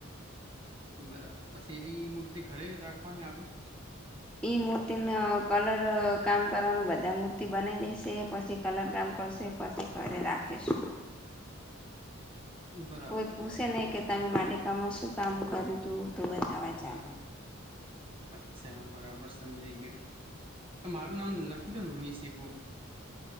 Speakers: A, on the right; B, in the centre.
A: બરાબર પછીવી મૂર્તિ ઘરે રાખવાની આપણે
B: એ મૂર્તિ ન કલર કામ કરવાનું બધા મૂર્તિ બનાવી દેશે પછી કલર કામ કરશે પછી ઘરે રાખીશું <inaudible>
A: બરાબર
B: કોઈ પૂછ નને કે તમે મારી કામમાં શું કામ કર્યું તું તો બતાવા ચાલ
A: બરાબર અચ્છા બરાબર ર સમજી ગયો તો મારું નામ લખી દો ને હું શીખું